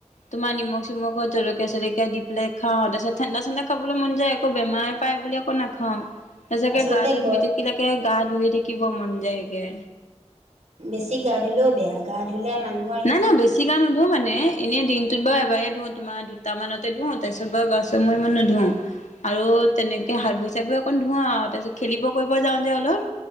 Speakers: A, on the left; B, on the right.
A: তোমাৰ নিমখ চিমখত জলকীয়া-চলকীয়া দি পেলাই খাওঁ তাৰপিছত ঠাণ্ডা-চাণ্ডা খাবলৈ মন যায় একো বেমাৰ পায় বুলি আ একো নাখাওঁ। সঁচাকে
B: আচলতে
A: গাটো
B: গ
A: ধুই থাকিলাকে গা ধুইে থাকিব মন যায়গে।
B: বেছি গা ধুললেও বেয়া, গা ধুলে মানুহ
A: নাই নাই বেছি গা ধু মানে, এনেই দিনটোত বাৰু এবাৰ ধু তোমাৰ দুটা মানতে ধুওঁ তাৰপিছত বাৰু গা মই ইমান নুধোও। আৰু তেনেকে হাতভৰি-চাতভৰি অকণ ধোৱা আৰু তাৰপিছত খেলিব কৰিব যাওঁ যে অলপ।